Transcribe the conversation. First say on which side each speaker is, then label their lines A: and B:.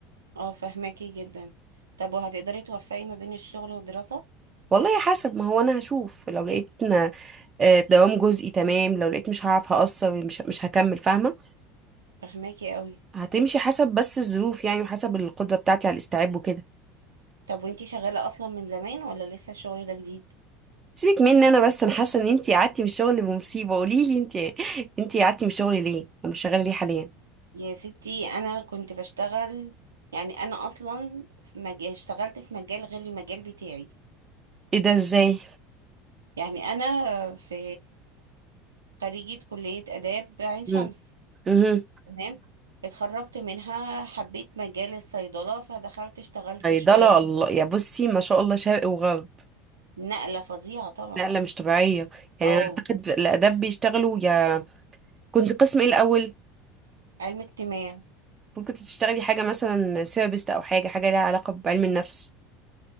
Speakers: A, on the right; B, on the right.
A: اه فهماكي جدا طب وهتقدري توفقي ما بين الشغل والدراسه
B: والله حسب ما هو انا هشوف لو لقيت إن- آه، دوام جزئي تمام لو لقيت مش هعرف هقصر مش مش هكمل فاهمه
A: فهماكي قوي
B: هتمشي حسب بس الظروف يعني وحسب القدره بتاعتي على الاستيعاب وكده
A: طب وانتي شغاله اصلا من زمان ولا لسه الشغل ده جديد
B: سيبك مني انا بس انا حاسه ان انتي قعدتي من الشغل بمصيبه قولي لي انتي انتي قعدتي من الشغل ليه ومش شغاله ليه حاليا
A: يا ستي انا كنت بشتغل يعني انا اصلا في مج... اشتغلت في مجال غير المجال بتاعي
B: ايه ده ازاي
A: يعني انا في خريجه كليه اداب عين شمس
B: امم امم
A: تمام اتخرجت منها حبيت مجال الصيدلة فدخلت اشتغلت
B: صيدله
A: شوية
B: الله يا بصي ما شاء الله شرق وغرب
A: نقلة فظيعة طبعا
B: نقله مش طبيعيه يعني
A: اه
B: انا اعتقد الاداب بيشتغلوا يا كنت قسم ايه الاول
A: علم اجتماع
B: ممكن تشتغلي حاجة مثلا سيرابيست أو حاجة حاجة ليها علاقة بعلم النفس